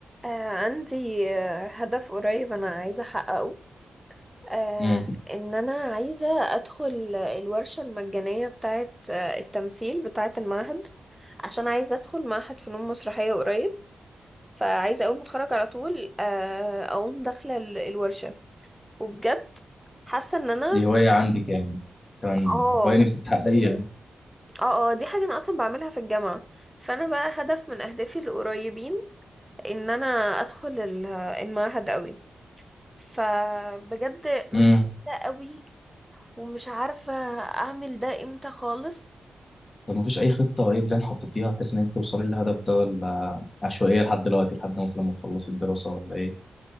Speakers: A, in the centre; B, on the left.
A: آه عندي آه، هدف قريب أنا عايزة أحققه آه
B: امم
A: إن أنا عايزة أدخل الورشة المجانية بتاعة آه، التمثيل بتاعة المعهد عشان عايزة أدخل معهد فنون مسرحية قريب فعايزة أول ما أتخرج على طول آه أقوم داخلة ال- الورشة وبجد حاسة إن أنا
B: دي هواية عندك يعني كان
A: اه
B: هواية نفسك تحققيها
A: اه اه دي حاجة أنا أصلا بعملها في الجامعة فأنا بقى هدف من أهدافي القريبين إن أنا أدخل ال- المعهد أوي فبجد مكتئبة
B: امم
A: قوي ومش عارفة اعمل ده امتى خالص
B: طب ما فيش أي خطة أو أي بلان حطيتيها بحيث إنك توصلي للهدف ده ولا عشوائية لحد دلوقتي لحد مثلا ما تخلصي الدراسة ولا إيه؟